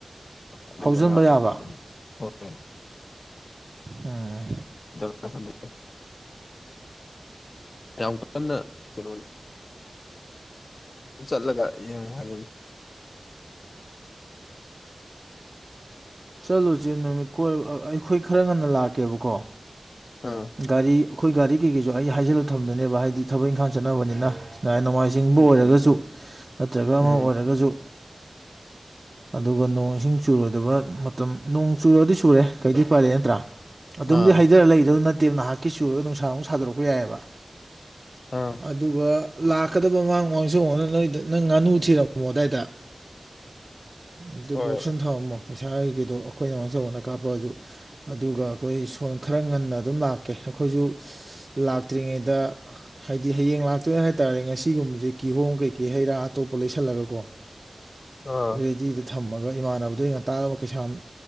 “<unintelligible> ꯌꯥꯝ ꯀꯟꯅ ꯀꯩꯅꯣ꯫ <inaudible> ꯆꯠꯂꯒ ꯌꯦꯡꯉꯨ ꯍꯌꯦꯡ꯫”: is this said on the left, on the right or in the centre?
Left